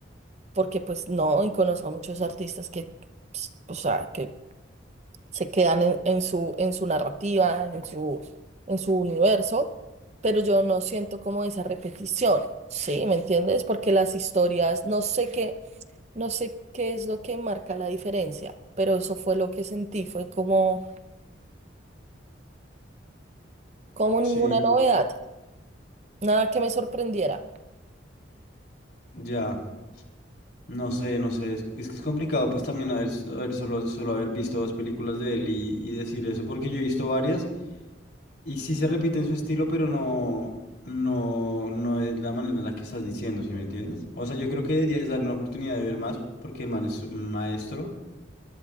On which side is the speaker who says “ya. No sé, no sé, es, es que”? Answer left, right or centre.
Left